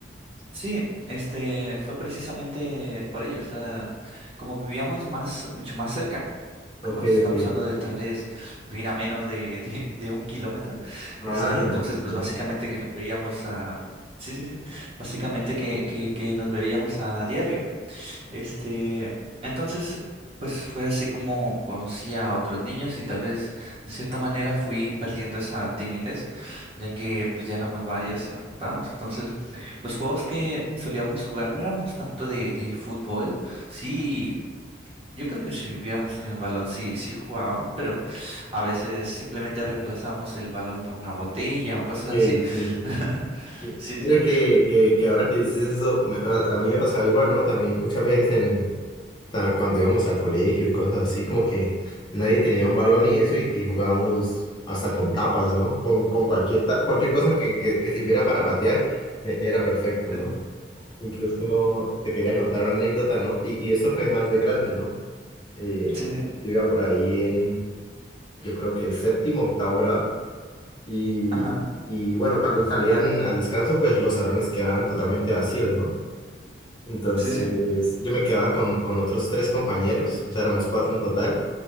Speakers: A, on the right (about 30°); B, on the left (about 25°).
A: Sí, este fue precisamente por ello, o sea, como vivíamos más, mucho más cercanos,
B: Ok,
A: estamos
B: ok.
A: hablando de tal vez vivir a menos de, de, de un kilómetro,
B: Ah,
A: este,
B: no,
A: entonces
B: sí.
A: pues básicamente que nos veíamos a, sí, sí, sí, básicamente que, que, que nos veíamos a diario. Este, entonces, pues fue así como conocí a otros niños y tal vez de cierta manera fui perdiendo esa timidez, ya que pues ya éramos varios y nos juntábamos. Entonces, los juegos que solíamos jugar no éramos tanto de, de fútbol. Sí, yo creo que si hubiéramos tenido el balón, sí, sí jugábamos, pero a veces simplemente reemplazábamos el balón por una botella o cosas
B: Ok,
A: así.
B: sí.
A: <laughs>
B: Mi-
A: Sí,
B: Mira
A: sí.
B: que, que, que ahora que dices eso, me- a, a mí me pasaba igual, ¿no? También muchas veces en, el- ta- cuando íbamos al colegio y cosas así, como que nadie tenía un balón y eso y, y jugábamos hasta con tapas, ¿no? Con, con cualquier, ta- cualquier cosa que, que, que sirviera para patear, eh, era perfecto,
A: <laughs>
B: ¿no? Incluso te quería contar una anécdota, ¿no? Y, y esto fue más de grande, ¿no? Eh,
A: Sí, sí. Sí, sí.
B: yo iba por ahí en, yo creo que séptimo, octavo grado. Y,
A: Ajá.
B: y bueno, cuando salían al descanso, pues los salones quedaban totalmente vacíos, ¿no? Entonces
A: Sí, sí.
B: yo me quedaba con, con otros tres compañeros, o sea, éramos cuatro en total.